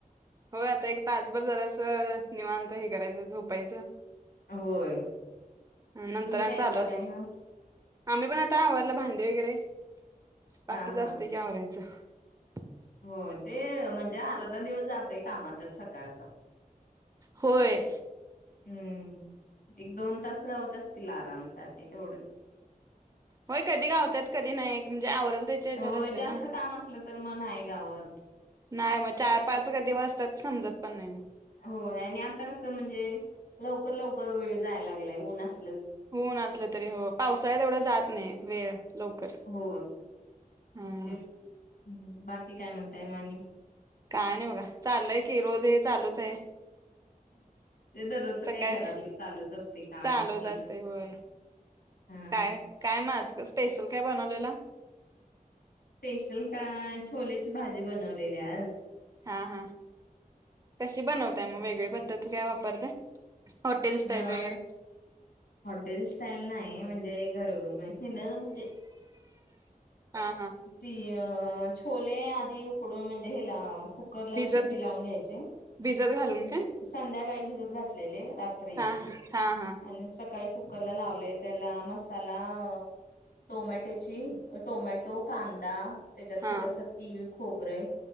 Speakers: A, on the right (about 25°); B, on the left (about 85°).
A: हो आता एक तासभर झाला अस निवांत हे करायचं झोपायचं
B: होय
A: नंतर
B: तुम्ही
A: आणि
B: काय
A: चालू
B: करायलाय
A: असे
B: मग
A: आम्ही पण आता आवरलं भांडी वगैरे बाकीच
B: हा हा
A: असते की आवरायच <inaudible>
B: हो ते म्हणजे अर्धा दिवस जातोय कामातच सका कायचा
A: होय
B: हम्म एक दोन तास गावत असतील आरामसाठी तेवढच
A: होय कधी गावतात कधी नाही आ त्याच्या हच्यावर
B: हो
A: असते
B: जास्त
A: ना
B: काम असलं तर मग नाही गावत
A: नाही मग चार पाच कधी वासतात समजत पण नाही मग
B: हो आणि आता कसं म्हणजे लवकर लवकर वेळ जायला लागलाय नच
A: होऊन असलं तरी हो पावसाळ्यात एवढं जात नाही वेळ लवकर.
B: हो
A: हम्म
B: तेच हम् बाकी काय म्हणताय मानी
A: काय नाही बघा चालय की रोज हे चालूच आहे
B: ते दररोज
A: सकाळी
B: काही घरातले चालूच असते काम
A: चालूच
B: एक
A: असते होय
B: हा
A: काय काय माझ स्पेशल कॅब आणनवलेला
B: स्पेशल काय छोलेची भाजी बनवलेली आस
A: हा हा कशी बनवताय मग वेग वगळे पद्धत काय वापरते हॉटेल स्टाईल
B: अ
A: वगैरे
B: हॉटेल स्टाईल नाही म्हणजे घरोघर ना म्हणजे
A: हा हा
B: ती अ छोले आी उकडून म्हणजे हे लाव कुकरला
A: भिजत
B: शिट्टी लावून घ्यायची
A: भिजत घालून काय
B: संध्याकाळी भिजत घातलेले रात्री
A: हा हा हा
B: आणि सकाळी कु लावले त्याला मसाला टोमॅटोची कांदा त्याच्यात
A: हा
B: थोडस तल खोबरे